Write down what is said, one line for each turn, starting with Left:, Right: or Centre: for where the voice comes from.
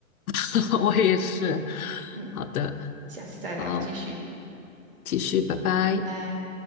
Left: <laughs> 我也是。
Right: 嗯，
Left: 好的，
Right: 下次再聊，
Left: 好，
Right: 继续。
Left: 继续，拜拜。
Right: 好，拜拜。